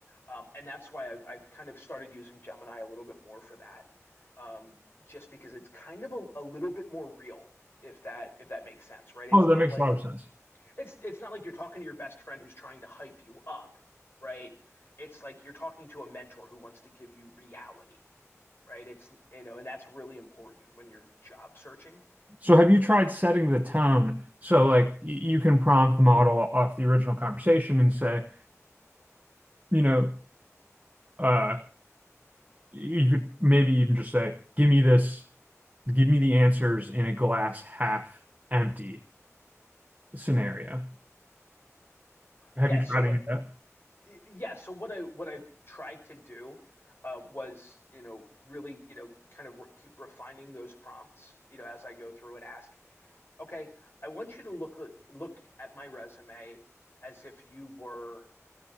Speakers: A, on the left (about 50°); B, on the right (about 30°).
A: um, and that's why I've, I've kind of started using Gemini a little bit more for that, um, just because it's kind of a, a little bit more real, if that if that makes sense, right? It's
B: Oh, that
A: not
B: makes
A: like
B: a lot of sense.
A: it's it's not like you're talking to your best friend who's trying to hype you up, right? It's like you're talking to a mentor who wants to give you reality, right? It's you know, and that's really important when you're job searching.
B: So have you tried setting the tone? So like y- you can prompt the model off the original conversation and say, you know, uh, you could maybe even just say, give me this, give me the answers in a glass half empty scenario. Have
A: Yeah,
B: you tried
A: so
B: any of that?
A: yeah so what i what i've tried to do uh, was you know really you know kind of re- keep refining those prompts you know as i go through and ask okay i want you to look at, look at my resume as if you were